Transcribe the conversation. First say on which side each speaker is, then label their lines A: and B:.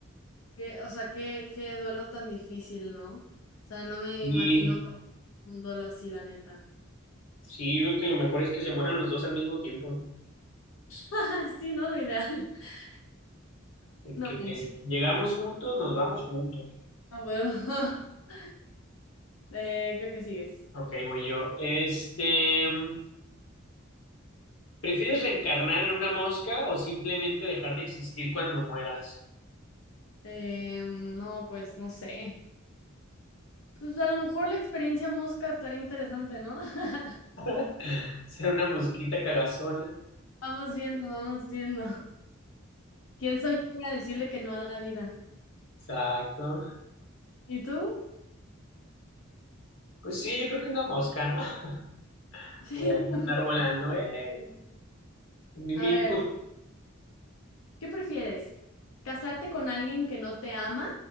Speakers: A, on the left (about 85°); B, on the left (about 70°).
A: Que, o sea, qué, qué duelo tan difícil, ¿no? O sea, no me
B: Y
A: imagino pasar un duelo así, la neta.
B: sí, yo creo que lo mejor es que se mueran los dos al mismo tiempo, ¿no?
A: <laughs> Sí, no, lo ideal. <laughs>
B: De
A: No
B: Que
A: manches.
B: llegamos juntos, nos vamos juntos.
A: A huevo. <laughs> Eh, creo que sigues.
B: Ok, voy yo. Este, ¿prefieres reencarnar en una mosca o simplemente dejar de existir cuando mueras?
A: Eh, no, pues no sé. Pues a lo mejor la experiencia mosca estaría interesante, ¿no? <laughs>
B: <laughs> Ser una mosquita cagazona.
A: Vamos viendo, vamos viendo. ¿Quién soy yo para decirle que no a la vida?
B: Exacto.
A: ¿Y tú?
B: Pues sí, yo creo que una mosca, ¿no? <laughs>
A: <laughs>
B: Por ahí andar volando, ¿eh? Ni-
A: A
B: Mínimo.
A: ver, ¿qué prefieres? ¿Casarte con alguien que no te ama